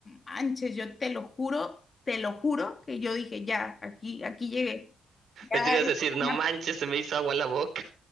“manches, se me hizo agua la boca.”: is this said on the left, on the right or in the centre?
Right